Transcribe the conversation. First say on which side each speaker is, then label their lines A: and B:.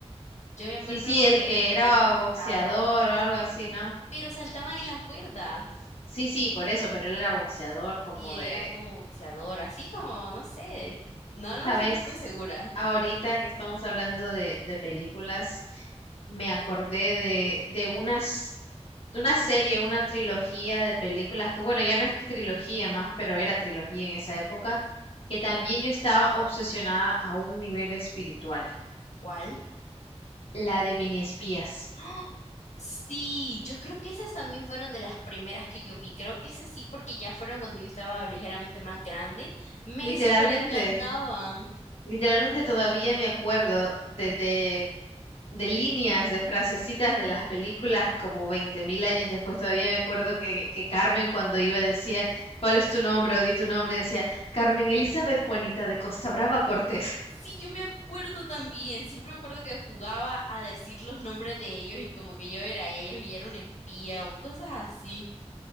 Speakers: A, on the left; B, on the left.
A: Yo me acuerdo
B: Sí, sí,
A: que
B: el que
A: me
B: era
A: encantaba,
B: boxeador o algo así, ¿no?
A: pero saltaban en la cuerda.
B: Sí, sí, por eso, pero él era boxeador como
A: Y él
B: de
A: era como boxeador, así como, no sé, no, no
B: Sabes,
A: estoy muy segura.
B: ahorita que estamos hablando de, de películas, me acordé de, de unas, de una serie, una trilogía de películas que, bueno, ya no es trilogía más, pero era trilogía en esa época, que también yo estaba obsesionada a un nivel espiritual,
A: ¿Cuál?
B: la de Mini Espías.
A: ¡Ah! Sí, yo creo que esas también fueron de las primeras que yo vi. Creo que esas sí, porque ya fueron cuando yo estaba ligeramente más grande. Me
B: Literalmente,
A: súper encantaban.
B: literalmente todavía me acuerdo de, de de líneas, de frasecitas de las películas como 20.000 años después. Todavía me acuerdo que, que Carmen cuando iba decía, ¿cuál es tu nombre? o di tu nombre, decía, Carmen Elizabeth Juanita de Costa Brava Cortés.
A: Sí, yo me acuerdo también. Siempre me acuerdo que jugaba a decir los nombres de ellos y como que yo era ellos y era un espía o cosas así.